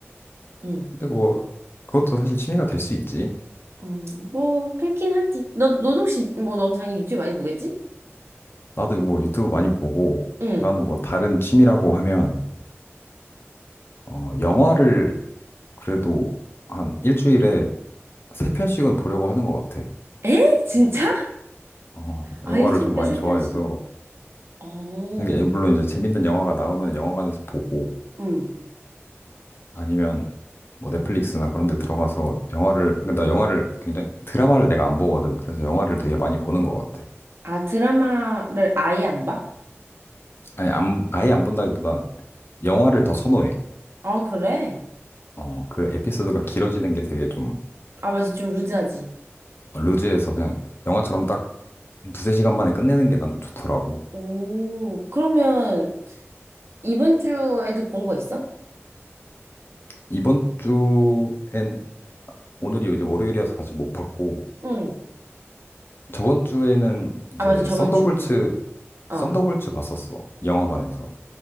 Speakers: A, on the right (about 60°); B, on the left (about 50°).
A: 응.
B: 근데 뭐 그것도 사실 취미가 될 수 있지.
A: 음, 뭐, 그렇긴 하지. 너, 너 혹시, 뭐, 넌 당연히 유튜브 많이 보겠지?
B: 나도 뭐 유튜브 많이 보고
A: 응.
B: 나는 뭐 다른 취미라고 하면 어, 영화를 그래도 한 일주일에 세 편씩은 보려고 하는 것 같아.
A: 에? 진짜?
B: 어,
A: 아,
B: 영화를
A: 일주일에
B: 좀 많이
A: 세
B: 좋아해서
A: 편씩? 어,
B: 이게 물론 이제 재밌는 영화가 나오면 영화관에서 보고
A: 응.
B: 아니면 뭐 넷플릭스나 그런 데 들어가서 영화를 근데 나 영화를 굉장히 드라마를 내가 안 보거든. 그래서 영화를 되게 많이 보는 것 같아.
A: 아, 드라마를 아예 안 봐?
B: 아니 안 아예 안 본다기보단 영화를 더 선호해.
A: 아, 그래?
B: 어, 그 에피소드가 길어지는 게 되게 좀
A: 아, 맞아. 좀 루즈하지.
B: 루즈해서 그냥 영화처럼 딱 두세 시간 만에 끝내는 게 난 좋더라고.
A: 오, 그러면 이번 주에도 본 거 있어?
B: 이번 주엔 오늘이 이제 월요일이어서 아직 못 봤고
A: 응.
B: 저번 주에는 이제
A: 아, 맞아. 저번
B: 썬더볼츠
A: 주, 그럼. 어.
B: 썬더볼츠 봤었어. 영화관에서.